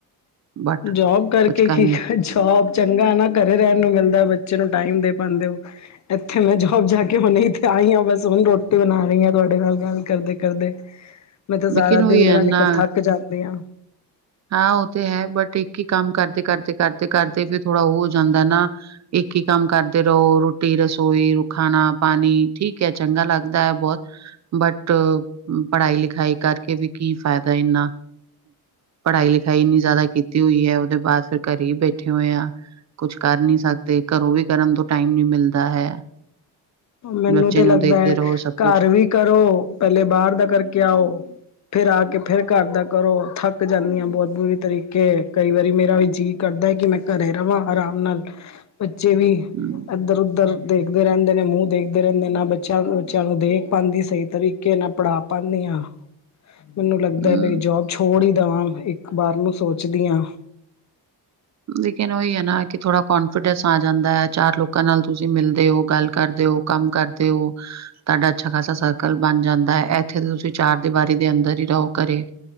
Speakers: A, on the right (about 45°); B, on the left (about 45°).
A: ਬਟ
B: ਜੋਬ ਕਰਕੇ
A: ਕੁਛ ਕਰ
B: ਕੀ
A: ਨੀ
B: ਅੱਜ ਸੌਭ ਚੰਗਾ ਨਾ ਘਰੇ ਰਹਿਣ ਨੂੰ ਮਿਲਦਾ ਬੱਚੇ ਨੂੰ ਟਾਈਮ ਦੇ ਪਾਉਂਦੇ ਹੋ। ਇੱਥੇ ਮੈਂ ਜੋਬ ਜਾ ਕੇ ਹੁਣੇ ਤੇ ਆਈ ਹਾਂ ਬਸ ਹੁਣ ਰੋਟੀ ਬਣਾ ਰਹੀ ਹਾਂ ਤੁਹਾਡੇ ਨਾਲ ਗੱਲ ਕਰਦੇ ਕਰਦੇ
A: <inaudible>
B: ਮੈਂ ਤਾਂ ਸਾਰਾ
A: ਉਹੀ
B: ਦਿਨ ਮੇਰਾ
A: ਹੈ
B: ਨਿਕਲ
A: ਨਾ
B: ਥੱਕ ਜਾਦੇ ਆ
A: ਹਾਂ ਉਹ ਤੇ ਹੈ ਬਟ ਇੱਕ ਹੀ ਕੰਮ ਕਰਦੇ ਕਰਦੇ ਕਰਦੇ ਕਰਦੇ ਵੀ ਥੋੜਾ ਉਹ ਹੋ ਜਾਂਦਾ ਨਾ ਇੱਕ ਹੀ ਕੰਮ ਕਰਦੇ ਰੋ ਰੋਟੀ ਰਸੋਈ ਖਾਣਾ ਪਾਣੀ ਠੀਕ ਹੈ ਚੰਗਾ ਲੱਗਦਾ ਹੈ ਬਹੁਤ ਬਟ ਪੜ੍ਹਾਈ ਲਿਖਾਈ ਕਰਕੇ ਵੀ ਕੀ ਫਾਇਦਾ ਇੰਨਾ ਪੜ੍ਹਾਈ ਲਿਖਾਈ ਇੰਨੀ ਜ਼ਿਆਦਾ ਕੀਤੀ। ਹੋਈ ਹੈ ਉਹਦੇ ਬਾਅਦ ਫਿਰ ਘਰੇ ਹੀ ਬੈਠੇ ਹੋਏ ਆ ਕੁਛ ਕਰ ਨੀ ਸਕਦੇ ਘਰੋਂ ਵੀ ਕਰਨ ਤੋਂ ਟਾਈਮ ਨੀ ਮਿਲਦਾ ਹੈ।
B: ਮੈਨੂੰ
A: ਬੱਚੇ
B: ਤੇ
A: ਨੂੰ
B: ਲੱਗਦਾ
A: ਦੇਖਦੇ
B: ਹੈ
A: ਰਹੋ ਸਭ
B: ਘਰ
A: ਕੁਛ
B: ਵੀ ਕਰੋ ਪਹਿਲੇ ਬਾਹਰ ਦਾ ਕਰਕੇ ਆਓ। ਫੇਿਰ ਆ ਕੇ ਫੇਿਰ ਘਰ ਦਾ ਕਰੋ ਥੱਕ ਜਾਂਦੀਆਂ ਬਹੁਤ ਬੁਰੀ ਤਰੀਕੇ ਕਈ ਵਾਰੀ ਮੇਰਾ ਵੀ ਜੀਅ ਕਰਦਾ ਹੈ ਕਿ ਮੈਂ ਘਰੇ ਰਵਾਂ ਆਰਾਮ ਨਾਲ ਬੱਚੇ ਵੀ
A: ਹਮ
B: ਇੱਦਰ ਉੱਦਰ ਦੇਖਦੇ ਰੈਂਦੇ ਨੇ ਮੂੰਹ ਦੇਖਦੇ ਰਹਿੰਦੇ ਨਾ ਬੱਚਿਆਂ ਬੱਚਿਆਂ ਨੂੰ ਦੇਖ ਪਾਂਦੀ ਸਹੀ ਤਰੀਕੇ ਨਾਲ ਪੜ੍ਹਾ ਪਾਦੀਆਂ। ਮੈਨੂੰ ਲੱਗਦਾ
A: ਹਮ
B: ਬਈ ਜੋਬ ਛੋੜ ਹੀ ਦੇਵਾਂ ਇੱਕ ਵਾਰ ਨੂੰ ਸੋਚਦੀ ਹਾਂ।
A: ਲੇਕਿਨ ਉਹੀ ਹੈ ਨਾ ਕਿ ਥੋੜਾ ਕੋਨਫੀਡੈਂਸ ਆ ਜਾਂਦਾ ਹੈ ਚਾਰ ਲੋਕਾਂ ਨਾਲ ਤੁਸੀਂ ਮਿਲਦੇ ਹੋ ਗੱਲ ਕਰਦੇ ਹੋ। ਕੰਮ ਕਰਦੇ ਓ। ਤੁਹਾਡਾ ਅੱਛਾ ਖਾਸਾ ਸਰਕਲ ਬਣ ਜਾਂਦਾ ਹੈ ਐਥੇ ਤੁਸੀਂ ਚਾਰ ਦੀਵਾਰੀ ਦੇ ਅੰਦਰ ਹੀ ਰਹੋ ਘਰੇ।